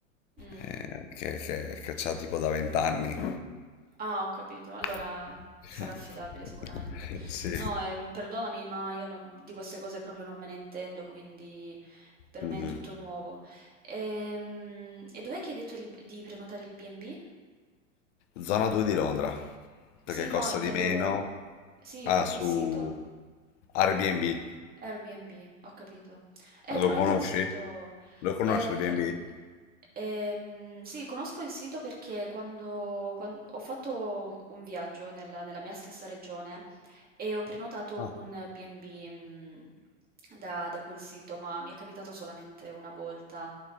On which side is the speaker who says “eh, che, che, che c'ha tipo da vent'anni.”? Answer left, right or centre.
Left